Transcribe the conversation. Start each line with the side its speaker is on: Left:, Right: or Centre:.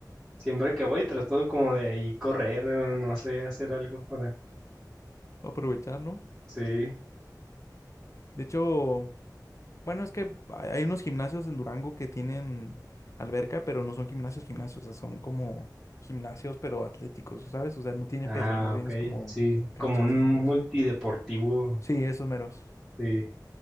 Centre: Siempre que voy trato como de ahí correr, eh, no sé, hacer algo para...
Left: Voy a aprovechar, ¿no?
Centre: Sí.
Left: De hecho... Bueno, es que hay hay unos gimnasios en Durango que tienen alberca, pero no son gimnasios, gimnasios, o sea, son como gimnasios, pero atléticos, ¿sabes? O sea, no tiene
Centre: Ah,
Left: pesas, más bien
Centre: ok,
Left: es como
Centre: sí.
Left: canchas
Centre: Como un
Left: y todo
Centre: multideportivo,
Left: eso. Sí, esos meros.
Centre: sí.